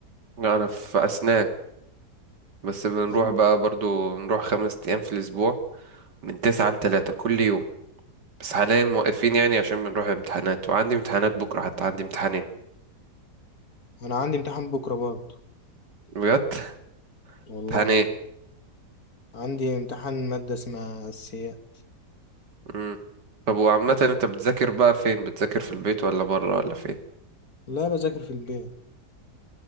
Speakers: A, on the right; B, on the left.
A: لا انا في اسنان بس بنروح
B: اه
A: بقى برضو نروح خمس ايام في الاسبوع من تسعة لتلاتة كل يوم بس حاليا موقفين يعني عشان بنروح امتحانات وعندي امتحانات بكره حتى عندي امتحانين
B: أنا عندي امتحان بكرة برضه
A: بجد <laughs>
B: والله
A: امتحان ايه
B: عندي امتحان مادة اسمها أسياء
A: مم. طب وعامه
B: بس
A: انت بتذاكر بقى فين بتذاكر في البيت ولا بره ولا فين
B: لا بذاكر في البيت